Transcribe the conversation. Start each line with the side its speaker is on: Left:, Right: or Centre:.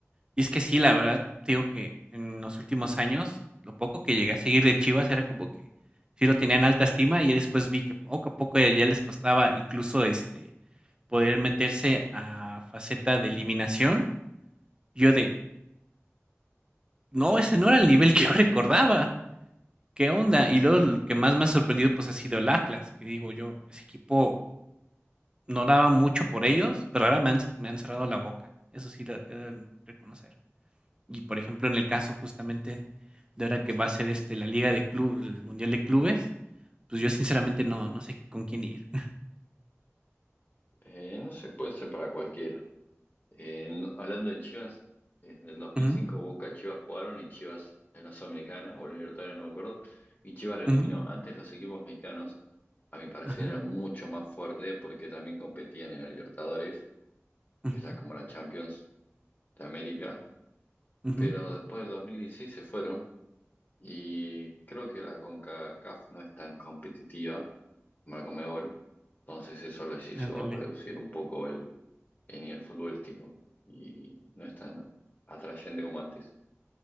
Right: Y es que sí, la verdad, te digo que en los últimos años, lo poco que llegué a seguir de Chivas era como que sí lo tenían alta estima y ya después vi que poco a poco ya, ya les costaba incluso este poder meterse a faceta de eliminación. Yo de, no, ese no era el nivel que yo recordaba. ¿Qué onda? Y luego lo que más me ha sorprendido pues ha sido el Atlas, que digo yo, ese equipo no daba mucho por ellos, pero ahora me han, me han cerrado la boca. Eso sí, lo, eh, reconocer. Y por ejemplo, en el caso justamente de ahora que va a ser este, la Liga de Club, el Mundial de Clubes, pues yo sinceramente no, no sé con quién ir. <laughs>
Left: Eh, no se puede ser para cualquiera. Eh, no- hablando de Chivas, en el dos mil
Right: Ujú,
Left: cinco Boca y Chivas jugaron y Chivas en la Sudamericana o en Libertadores, no me acuerdo, y Chivas lo eliminó.
Right: ujú,
Left: Antes los equipos mexicanos, a mi parecer,
Right: ajá,
Left: eran mucho más fuertes porque también competían en el Libertadores,
Right: ujú,
Left: que es la como la Champions de América
Right: ujú, Ándale. Uh -huh,
Left: pero
Right: uh -huh,
Left: después del 2016 se fueron y creo que la CONCACAF no es tan competitiva, la Conmebol, entonces eso les hizo
Right: uh -huh,
Left: reducir un poco el, el nivel futbolístico y no es tan atrayente como antes.